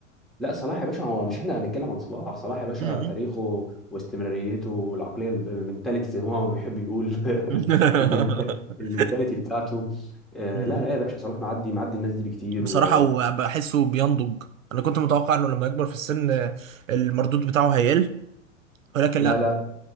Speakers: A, in the centre; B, on the right.
A: لا صلاح يا باشا هو مش احنا هنتكلم عن صلاح صلاح يا باشا
B: مم.
A: تاريخه واستمراريته والعقليه الب- المنتاليتي زي ما هو بيحب يقول <laughs>
B: <laughs>
A: المنت- المنتاليتي بتاعته آه،
B: مم.
A: لا لا يا باشا صلاح معدي معدي الناس دي بكتير
B: بصراحه
A: ولا
B: وبحسه بينضج انا كنت متوقع انه لما يكبر في السن آه، المردود بتاعه هيقل ولكن
A: لا لا،